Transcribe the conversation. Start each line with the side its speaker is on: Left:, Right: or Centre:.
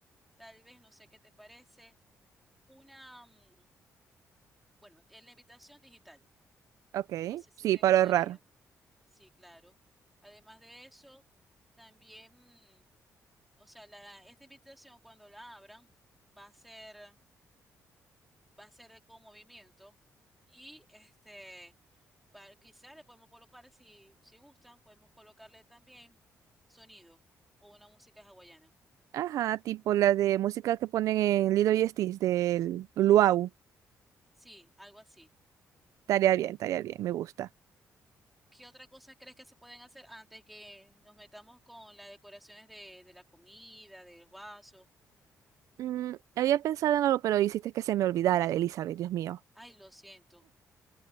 Centre: tal vez, no sé qué te parece, una, mm, bueno, en la invitación digital.
Right: Ok,
Centre: No sé si
Right: sí,
Centre: te
Right: para
Centre: gustaría.
Right: ahorrar.
Centre: Sí, claro. Además de eso, también mm, O sea, la, esta invitación cuando la abran va a ser, va a ser con movimiento y este, para, quizás le podemos colocar, si, si gustan, podemos colocarle también sonido o una música hawaiana.
Right: Ajá, tipo la de música que ponen en Lilo y Stitch del Luau.
Centre: Sí, algo así.
Right: Tarea bien, tarea bien, me gusta.
Centre: ¿Qué otra cosa crees que se pueden hacer antes que nos metamos con las decoraciones de, de la comida, del vaso?
Right: Mm, había pensado en algo, pero hiciste que se me olvidara, Elizabeth, Dios mío.
Centre: Ay, lo siento.